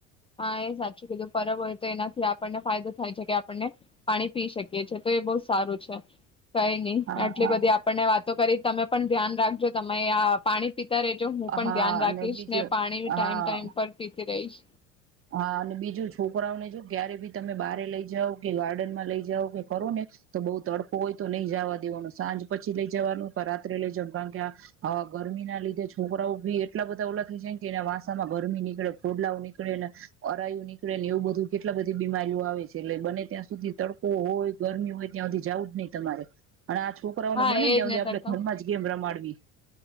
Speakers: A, on the left; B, on the right.
A: હા, એ સાચું કીધું પરબ હોય તો એનાથી આપણને ફાયદો થાય છે કે આપણને પાણી પી શકીએ છે. તો એ બોવ સારું છે. કાઈ નઈ
B: હા
A: આટલી
B: હા
A: બધી આપણને વાતો કરી તમે પણ ધ્યાન રાખજો તમે આ પાણી પીતા રેજો. હું પણ
B: હા
A: ધ્યાન
B: અને
A: રાખીશ
B: બીજું
A: ને પાણી ટાઈમ
B: હા
A: ટાઈમ પર પી તી રઇશ.
B: હા અને બીજું છોકરાઓને જો ક્યારે બી તમે બારે લઈ જાઓ કે ગાર્ડનમાં લઈ જાઓ કે કરો ને, તો બહુ તડકો હોય તો નહી જવા દેવાનું. સાંજ પછી લઈ જવાનું ક રાત્રે લઈ જવાનું. કારણ કે આવા ગરમી ના લીધે છોકરાઓ ભી એટલા બધા ઓલા થઈ જાય કે એના વાસામાં ગરમી નીકળે, ફોડલા નીક કળે ના અરાયું નીકળે ને એવું બધું કેટલા બધી બીમારીઓ આવે છે. એટલે બને ત્યાં સુધી તડકો હોય ગરમી હોય ત્યાં સુધી જવું જ નહી તમારે. અને આ છોકરાઓને
A: હા
B: બનેના
A: એજ
B: ત્યા હુદી
A: ને
B: આપડે
A: તડકા
B: ઘરમાં જ ગેમ રમાડવી.